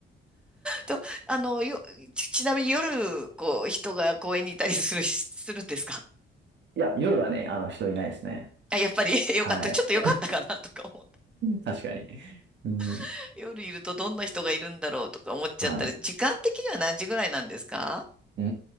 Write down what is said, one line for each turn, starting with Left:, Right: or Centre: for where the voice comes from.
Centre: と、あの、よ、ち、ちなみに夜、こう、人が公園にいたりする、するんですか
Right: いや、夜はね、あの人いないですね。
Centre: あ、やっぱり <laughs> よかった。
Right: はい。
Centre: ちょっとよかったかなとか思う。
Right: <laughs> 確かに。うん。
Centre: <laughs> 夜いるとどんな人がいるんだろうとか思っちゃったり、
Right: はい。
Centre: 時間的には何時ぐらいなんですか
Right: うー